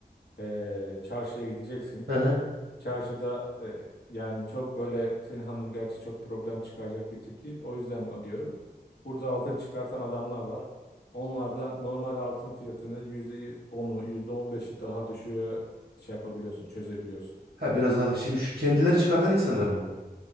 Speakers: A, on the left (about 75°); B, on the right (about 75°).
A: e, çarşıya gideceksin.
B: Hı hı.
A: Çarşıda e, yani çok böyle senin hanım gerçi çok problem çıkaracak bir tip değil. O yüzden o diyorum. Burada altın çıkartan adamlar var. Onlardan normal altın fiyatını %10'u, %15'i daha düşüğe şey yapabiliyorsun, çözebiliyorsun.
B: Ha biraz daha şey, şu kendileri çıkartan insanlar mı?